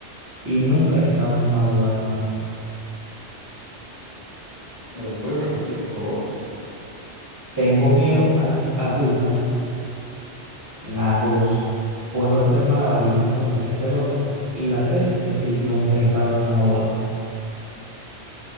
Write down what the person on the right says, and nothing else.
y nunca he estado en una boda, hermano.
Tengo miedo a las agujas, la dos Puedo hacer malabarismo con tres pelotas y la 3, que sí, nunca he estado en una boda.